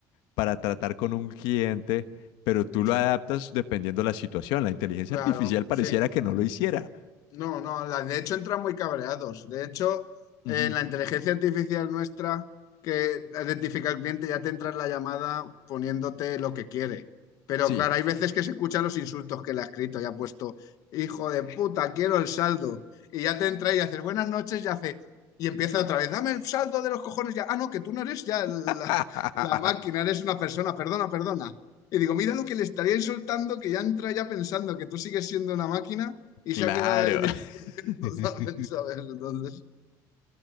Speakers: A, on the left; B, on the left.
A: para tratar con un cliente, pero tú lo
B: Sí,
A: adaptas dependiendo de la situación. La inteligencia
B: claro,
A: artificial pareciera
B: sí.
A: que no lo hiciera.
B: No, no, la- de hecho entran muy cabreados. De hecho,
A: Ujú,
B: eh, la inteligencia artificial nuestra que identifica al cliente ya te entra en la llamada poniéndote lo que quiere. Pero
A: Sí.
B: claro, hay veces que se escuchan los insultos que le ha escrito y ha puesto, hijo de puta, quiero el saldo. Y ya te entra y haces buenas noches y hace, y empieza otra vez, dame el saldo de los cojones ya. Ah, no, que tú no eres ya la,
A: <laughs>
B: la máquina, eres una persona, perdona, perdona. Y digo, mira lo que le estaría insultando, que ya entra ya pensando que tú sigues siendo una máquina y
A: Claro.
B: se ha quedado ahí <laughs> discutiendo,
A: <laughs>
B: ¿sabes? ¿sabes? Entonces,